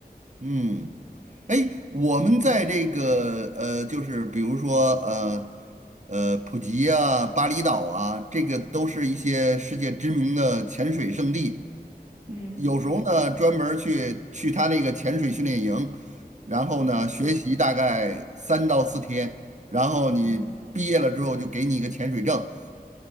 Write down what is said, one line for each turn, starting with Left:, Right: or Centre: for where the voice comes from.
Right: 嗯，哎，我们在这个呃，就是比如说呃呃，普吉啊、巴厘岛啊，这个都是一些世界知名的潜水胜地。
Left: 嗯
Right: 有时候呢，专门儿去去他那个潜水训练营，然后呢学习大概三到四天，
Left: 嗯
Right: 然后你毕业了之后就给你一个潜水证，
Left: 嗯，